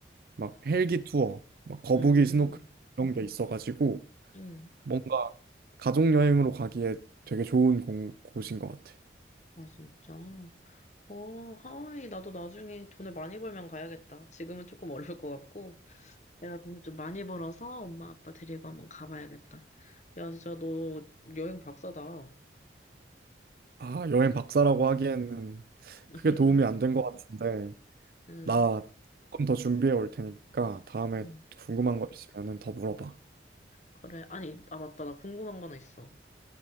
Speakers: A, on the right (about 50°); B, on the left (about 40°).
A: 막 헬기 투어, 막 거북이
B: 응,
A: 스노클 이런 게 있어가지고
B: 응.
A: 뭔가 가족 여행으로 가기에 되게 좋은 공- 곳인 것 같아.
B: 아, 진짜. 어, 하와이, 나도 나중에 돈을 많이 벌면 가야겠다. 지금은 조금 어려울 것 같고, 내가 돈을 좀 많이 벌어서 엄마 아빠 데리고 한번 가봐야겠다. 야, 진짜 너 여행 박사다.
A: 아 여행 박사라고 하기에는
B: <laughs>
A: 크게 도움이 안 된 것 같은데
B: 응,
A: 나 조금 더 준비해 올 테니까 다음에
B: 응.
A: 궁금한 거 있으면은 더 물어봐.
B: 그래. 아니, 아, 맞다. 나 궁금한 거 하나 있어.